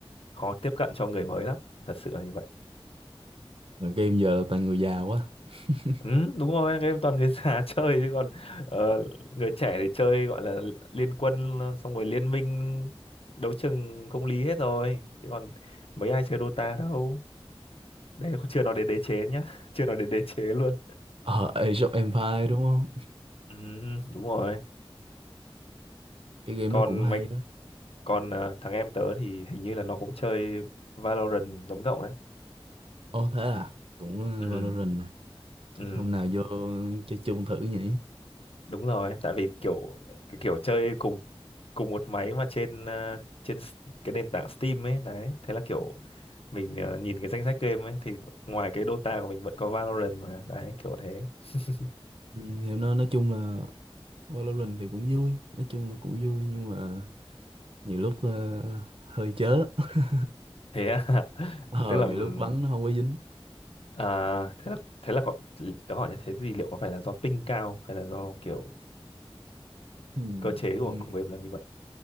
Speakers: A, on the left; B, on the right.
A: khó tiếp cận cho người mới lắm thật sự là như vậy
B: Rồi game giờ là toàn người già quá <laughs>
A: ừ, đúng rồi game toàn người già <laughs> chơi chứ còn ờ, người trẻ thì chơi gọi là liên quân xong rồi liên minh đấu trường công lý hết rồi chứ còn mấy ai chơi Dota đâu đây chưa nói đến đế chế nhá <laughs> chưa nói đến đế chế luôn
B: Ờ, Age of Empire đúng không?
A: ừ, đúng rồi
B: Cái game nó
A: còn
B: cũng hay
A: mấy
B: đó.
A: còn ờ, thằng em tớ thì hình như là nó cũng chơi Valorant giống cậu đấy
B: Ồ thế à? Cũng
A: ừ
B: ờ, Valorant à? Chắc
A: ừ
B: hôm nào vô chơi chung thử nhỉ?
A: đúng rồi tại vì kiểu cái kiểu chơi cùng cùng một máy mà trên ờ, trên s- cái nền tảng Steam ấy đấy thế là kiểu mình ờ, nhìn cái danh sách game ấy thì ngoài cái Dota của mình vẫn có Valorant mà đấy kiểu thế <laughs>
B: Ừ, game nó nói chung là Valorant thì cũng vui. Nói chung là cũng vui nhưng mà nhiều lúc ờ, hơi chớ. <laughs>
A: thế à, <laughs>
B: Ờ,
A: tức là
B: nhiều
A: mình-
B: lúc bắn nó không có dính.
A: à, thế là thế là có tớ hỏi như thế thì liệu có phải là do ping cao hay là do kiểu
B: Ừ,
A: cơ chế
B: ừ,
A: của của game là như vậy